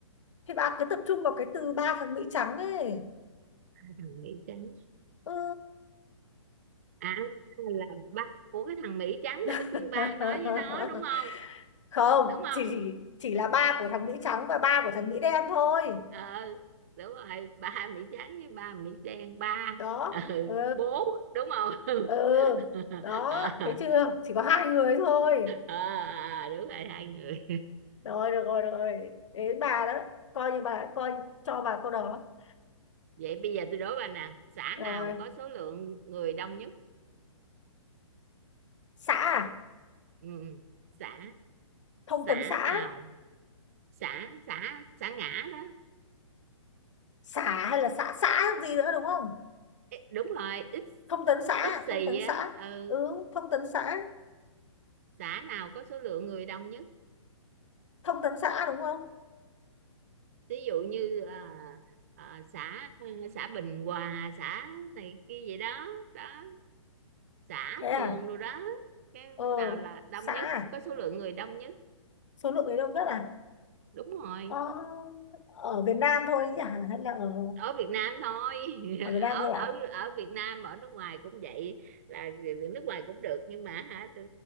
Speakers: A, on the left (about 65°); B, on the right (about 25°).
A: Thì bà cứ tập trung vào cái từ ba thằng Mỹ trắng ấy.
B: cái thằng Mỹ trắng
A: Ừ.
B: à là ba của cái thằng Mỹ trắng là
A: <laughs>
B: tất nhiên ba nói với nó đúng không
A: Không,
B: đúng không
A: chỉ, chỉ chỉ là ba của thằng Mỹ trắng và ba của thằng Mỹ đen thôi.
B: ờ đúng rồi ba Mỹ trắng với ba Mỹ đen ba
A: Đó.
B: ừ,
A: Ừ,
B: bố đúng không <laughs>
A: ừ. Đó,
B: à,
A: thấy chưa? Chỉ có hai người thôi.
B: à, đúng rồi hai người
A: Rồi, được rồi, được rồi. Đến bà đó. Coi như bà, coi cho bà câu đó.
B: vậy bây giờ tôi đố bà nè xã
A: Rồi.
B: nào có số lượng người đông nhất
A: Xã à?
B: ừ, xã
A: Thông
B: xã
A: tấn xã.
B: nào xã xã xã ngã đó
A: Xã hay là xã xã gì nữa đúng không?
B: Ê, đúng rồi ít
A: Thông tấn xã,
B: ít xì
A: thông tấn
B: á
A: xã.
B: ừ,
A: Ừ, thông tấn xã.
B: xã nào có số lượng người đông nhất
A: Thông tấn xã đúng không?
B: ví dụ như à, à, xã xã Bình Hòa xã này kia vậy đó đó xã
A: thế à
B: phường rồi đó cái
A: ờ
B: nào là đông
A: xã
B: nhất
A: à
B: có số lượng người đông nhất
A: số lượng người đông nhất à
B: đúng rồi
A: ờ, ở Việt Nam thôi ấy nhỉ hay là ở
B: ở Việt Nam thôi <laughs>
A: ở Việt Nam
B: ở
A: thôi à
B: ở ở Việt Nam ở nước ngoài cũng vậy là người- người nước ngoài cũng được nhưng mà hả